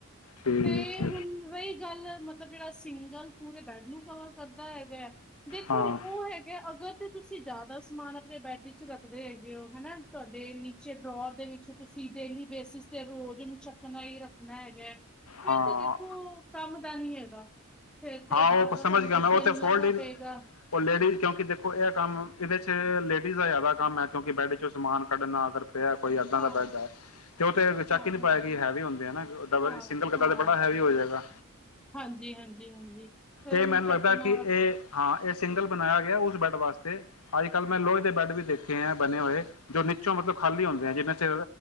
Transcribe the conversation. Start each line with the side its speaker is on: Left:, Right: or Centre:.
Left: ਠੀਕ
Centre: ਤੇ ਹੁਣ ਰਹੀ ਗੱਲ ਮਤਲਬ ਜਿਹੜਾ ਸਿੰਗਲ ਪੂਰੇ ਬੈਡ ਨੂੰ ਗੱਦਾ ਹੈਗਾ ਹੈ, ਦੇਖੋ
Left: ਹਾਂ
Centre: ਉਹ ਹੈਗਾ ਅਗਰ ਤੇ ਤੁਸੀਂ ਜਿਆਦਾ ਸਾਮਾਨ ਆਪਣੇ ਬੈਡ ਚ ਰੱਖਦੇ ਹੈਗੇ ਹੋ ਹਨਾ, ਤੁਹਾਡੇ ਨੀਚੇ ਡਰੌਰ ਦੇ ਵਿਚ ਤੁਸੀਂ ਡੇਲੀ ਬੇਸਿਸ ਤੇ ਰੋਜ਼ ਨੂੰ ਚੱਕਣਾ ਹੀ ਰੱਖਣਾ ਹੈਗਾ ਹੈ।
Left: ਹਾਂ
Centre: ਫੇਰ ਤੇ ਦੇਖੋ ਕੰਮ ਦਾ ਨੀ ਹੈਗਾ। ਫਿਰ ਤੇ
Left: ਹਾਂ
Centre: ਬਾਰ
Left: ਉਹ
Centre: ਬਾਰ
Left: ਸਮਝ
Centre: ਤੁਹਾਨੂੰ
Left: ਗਿਆ
Centre: ਗੱਦੇ
Left: ਮੈਂ ਉਹ
Centre: ਨੂੰ
Left: ਤੇ ਫੋਲਡ
Centre: ਲਾਣਾ
Left: ਹੀ,
Centre: ਪਏਗਾ
Left: ਉਹ ਲੇਡੀਜ਼ ਕਿਉਂਕਿ ਦੇਖੋ, ਇਹ ਕੰਮ ਇਹਦੇ ਚ ਲੇ ਡੀਜ਼ ਦਾ ਜ਼ਿਆਦਾ ਕੰਮ ਹੈ, ਕਿਉਂਕਿ ਬੈਡ ਚੋਂ ਸਮਾਨ ਕੱਢਣਾ, ਅਗਰ ਕੋਈ ਏਦਾਂ
Centre: ਹਾਂ,
Left: ਦਾ ਬੈਡ ਐ ਤੇ ਉਹ ਤੇ ਚੱਕ
Centre: ਹਾਂ,
Left: ਹੀ ਨਹੀ
Centre: ਹਾਂ,
Left: ਪਾਇਆ ਕਿ
Centre: ਹਾਂ।
Left: ਹੈਵੀ ਹੁੰਦੇ ਨਾ ਦ
Centre: ਹਾਂ,
Left: ਸਿੰਗਲ ਗੱਦਾ
Centre: ਹਾਂ,
Left: ਤੇ ਬੜਾ ਹੈਵੀ ਹੋ ਜਾਏਗਾ।
Centre: ਹਾਂਜੀ, ਹਾਂਜੀ, ਹਾਂਜੀ। ਫਿਰ
Left: ਇਹ
Centre: ਉਹਨੂੰ
Left: ਮੈਨੂੰ
Centre: ਚੱਕਣਾ
Left: ਲੱਗਦਾ ਕਿ ਇਹ ਹਾਂ ਇਹ ਸਿੰਗਲ ਬਣਾਇਆ ਗਿਆ ਉਸ ਬੈਡ ਵਾਸਤੇ ਅੱਜ ਕੱਲ੍ਹ ਮੈਂ ਲੋੋਹੇ ਦੇ ਬੈੱਡ ਵੀ ਦੇਖੇ ਹੈ ਬਣੇ ਹੋਏ, ਜੋ ਨੀਚੋਂ ਮਤਲਬ ਖਾਲੀ ਹੁੰਦੇ ਹੈ, ਜਿਵੇਂ ਸਿਰ